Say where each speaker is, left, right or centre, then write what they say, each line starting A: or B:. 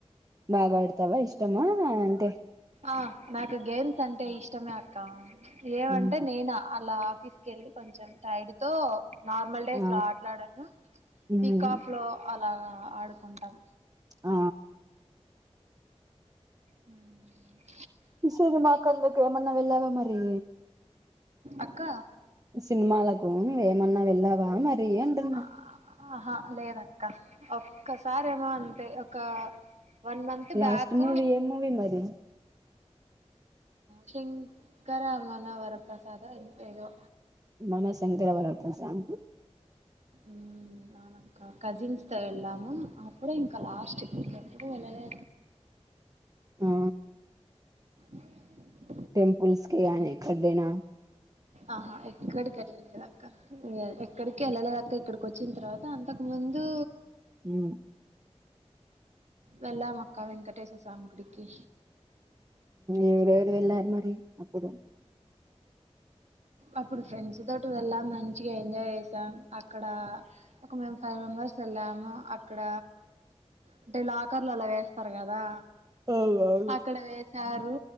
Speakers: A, on the right (about 30°); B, on the right (about 80°).
A: బాగా ఆడతావ ఇష్టమా టే
B: ఆ నాకు గేమ్స్ అంటే ఇష్ ఇష్టమే అక్కా ఏమంటే
A: ఉమ్
B: నేనా అలా తీసుకెళ్ళి కొంచెం టైడ్ తో నార్మల్ డేస్
A: ఆ
B: లో ఆట్లాడాను
A: ఉమ్
B: వీక్ ఆఫ్ లో అలా ఆడుకుంటాం
A: ఆ
B: అ
A: సరి మాక్కళ్ దకు ఏమన్నావ ఎలా మరి
B: అక్క
A: సినిమాలకు నువ ఏమన్నా వెళ్ళావా మరి అంటున్నా
B: ఆ ఆహా లేద అక్క ఒక్కసారేమో అంటే ఒక one month
A: last
B: back
A: movie ఏ మూవీ మరి
B: శంకరమనవర ప్ర్రసాద ద ఏదో
A: మన శంకర వర ప్రసాద్
B: మ్మ్ నా అక్క కజిన్స్ తమ్ములు అప్పుడు ఇంకా లాస్ట్కి ఇ వెలనే
A: ఆ
B: ఆ
A: టెపుల్స్ కే ఆనిక్కడనా
B: ఆహా ఎక్కడికి వెళ్ళలేదు అక్క ఎక్కడికి వెళ్ళలేదక ఇక్కడికి వచ్చిన తర్వాత అంతకు ముందు
A: మ్మ్
B: వెళ్ళమ అక్కా వెంకటేశసమి గుడికి
A: ఇవరెవరు వెళ్ళారు మరి అప్పుడు
B: అప్పుడు ఫ్రెండ్స్ తోటి వెళ్ళాము మంచిగా ఎంజాయ్ చేసాం అక్కడ ఒక మేము ఫైవ్ మెంబర్స్ వెళ్ళాము అక్కడ అంటే లాకర్ లో అలా వేస్తారు కదా
A: అవునవును.
B: అక్కడ వేసారు